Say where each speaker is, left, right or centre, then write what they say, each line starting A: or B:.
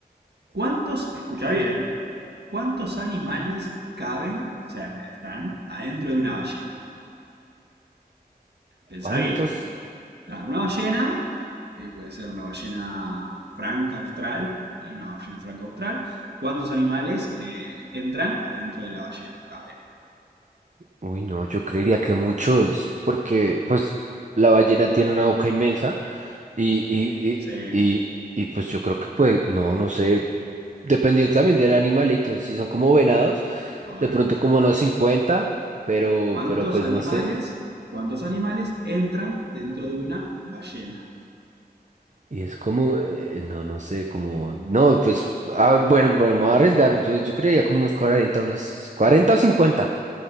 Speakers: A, on the right (about 80°); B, on the right (about 45°).
A: ¿cuántos, escucha bien, cuántos animales caben, o sea, están adentro de una ballena? Pensá
B: ¿Cuántos?
A: bien. Claro, una ballena, eh, puede ser una ballena franca austral, ¿vale? una ballena franca austral. ¿Cuántos animales eh, entran adentro de la ballena? Caben.
B: Uy, no, yo creería que muchos, porque pues la ballena tiene una boca inmensa y, y,
A: Sí,
B: y, y, y, pues yo creo que pues, no, no sé, dependiendo también del animalito, si son como venados,
A: ahora
B: de pronto
A: escucha,
B: como
A: escucha.
B: unos 50, pero,
A: ¿Cuántos
B: pero pues
A: animales,
B: no sé.
A: cuántos animales entran dentro de una ballena?
B: Y es como, eh, no, no sé, como, no, pues, ah, bueno, bueno, me voy a arriesgar. Yo, yo creía como unos cuarenta unos cuarenta o cincuenta